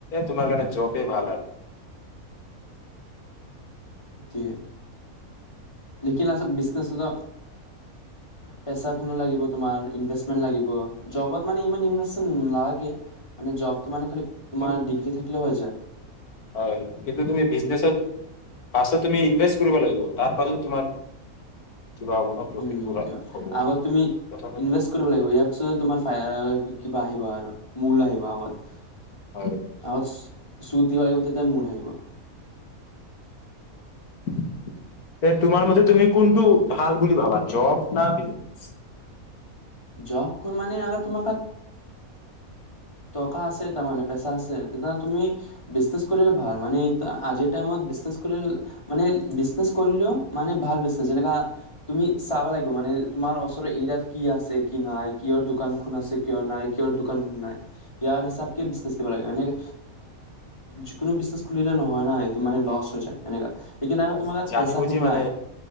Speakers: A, on the left (about 85°); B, on the left (about 20°).
A: তোমাৰ কাৰণে জবেই ভাল আৰু।
B: এইটোৱে লেকিন আচ বিজনেছ হ'ল পেচাখনো লাগিব তোমাৰ ইনভেমেন্ট লাগিব, জবত মানে ইমান ইনভেচন নালাগে। মানে জবটো মানে খালি। তোমাৰ
A: তুমি
B: ডিগ্ৰী থাকে। হৈ যায় <unintelligible>
A: হয় কিন্তু তুমি বিজনেচত তুমি ইনভেষ্ট কৰিব লাগিব তাৰ পাহে তোমাৰ। কিবা হ'ব ন প্ৰফিটবোৰ
B: উম দিয়,
A: হ'ব
B: আগত তুমি
A: প্ৰথমত
B: ইনভেষ্ট কৰিব লাগিব, ইয়াৰ পিছত তোমাৰ কিবা আহিব আৰু। মূল আহিব আগত।
A: হয়
B: আত। শুদ্ধিব লাগিব তেতিয়ে মূল আহিব।
A: এ তোমাৰ মধে তুমি কোনটো ভাল বুলি ভাবা জব ন বিজনেচ।
B: জব মানে আ তোমাৰ তাত, টকা আছে তাৰে পেচা আছে তেতিয়া তুমি বিজনে কৰিলে ভাল মানে আজিৰ টাইমত বিনে কৰিলে মানে বিজনেছ কৰিলেও মানে ভাল বিনে যেনেকা তুমি চাব লাগিব মানে তোমাৰ ওচৰৰ এৰিয়াত কি আছে। কি নাই কিহৰ। দোকান খোলাছে কিয় নাই কি। নাই ইয়াৰ হিচাপত বিজনেছ দিব লাগিব এনেকে যিকোনো বিজনেছ খুলিলে নহয় না সেইটো মানে লছ হব হৈ যায় এনেকা। সেইকানে
A: মানে
B: তোমাৰ তাত
A: জানি
B: পইচাখন
A: বুজি মানে
B: নাই।